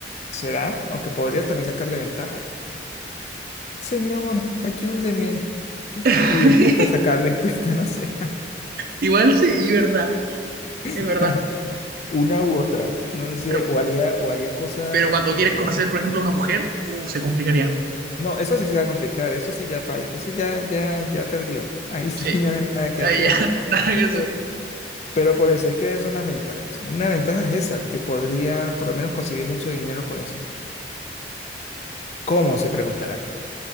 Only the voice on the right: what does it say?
<laughs>
Igual sí, y verdad,
es verdad,
pero,
pero cuando
quieres conocer, por ejemplo, a una mujer, uh, se complicaría.
Sí,
ahí
ya, <laughs> nada que hacer.